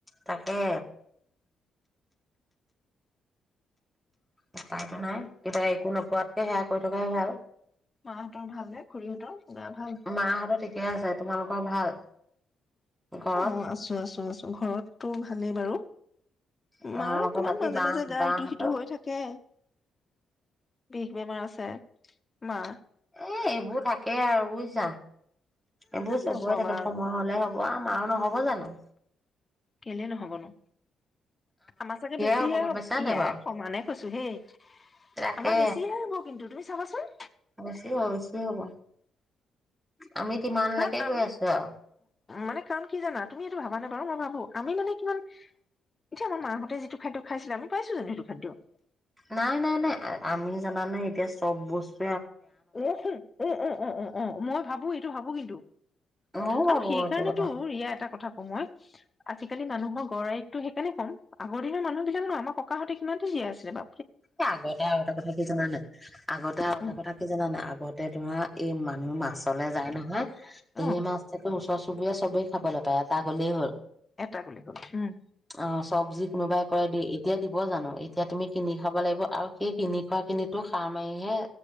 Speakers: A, in the centre; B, on the left.
A: তাকে উপায়তো নাই কিবা একো নোপোৱাতকে সেয়া কৈ থকাই ভাল
B: মাহঁতৰ ভাল নে খুৰীহঁতৰ গা ভাল?
A: মাহঁতৰ ঠিকে আছে তোমালোকৰ ভাল
B: অ
A: ঘৰত
B: আছো আছো আছো ঘৰতটো ভালেই বাৰু
A: তেওঁলোকৰ
B: মাৰ অকমান
A: বাকী
B: মাজে
A: বাহ
B: মাজে গা
A: বাহঁতৰ
B: ইটো সিটো হৈ থাকে বিষ বেমাৰ আছে মা
A: এ এইবোৰ থাকেই আৰু বুজিছা এইবোৰ চবেই
B: নকবা
A: থাকে
B: আৰু
A: সময় হলে হব খোৱা ম আৰু নহ'ব জানো
B: কেলে নহবনো আমাৰ চাগে বেছিহে
A: হ'ব গম
B: হ
A: পাইছা
B: ইয়াই
A: নাই বাৰু
B: সমানে কৈছো হেই
A: তাকে
B: আমাৰ বেছিহে হ'ব কিন্তু তুমি চাবাচোন
A: বেছি হ'ব বেছি হ'ব আমি কিমানলৈকে
B: কাৰণ আমি
A: গৈ আছো আৰু
B: মানে কাৰণ কি জানা তুমি এইটো ভাবা নাই বাৰু মই ভাবো আমি মানে কিমান এতিয়া আমাৰ মাহঁতে যিটো খাদ্য খাইছিলে আমি পাইছো জানো সেইটো খাদ্য?
A: নাই, নাই, নাই আমি জান নাই এতিয়া চব বস্ত
B: উম উম উম উম উম উম উম মই- ভাবো এইটো ভাবো কিন্তু
A: ময়ও
B: আৰু
A: ভাবো
B: সেইকাৰণেতটো
A: এইটো কথা
B: ৰিয়াই এটা কথা ক মই আজিকালি মানুহৰ গড়ইকতো সেইকাৰণে ক'ম আগৰ দিনৰ মানুহ বিলাক ন আমাৰ ককাহতে কিমানো জীয়াই আছিলে বা
A: এ আগতে আৰু এটা কথা কি জান নাই আগতে আৰু
B: উম
A: এটা কথা কি জান নাই আগতে ধৰা এই মানুহ মাছলে যায় নহয়।
B: অ
A: এই ম আছছে ওচৰ চুবুৰীয়া চবেই খাব লাগে। াপ এটা গলেই হ'ল
B: এটা গুলি হ'ল উম
A: অ চব্জি কোনোবাই কৈ দি এতিয়া দিব জানো এতিয়া তুমি কিনি খ কব লাগিব আৰু সেই কিনি খোৱা কিনি সাৰ মাৰিহে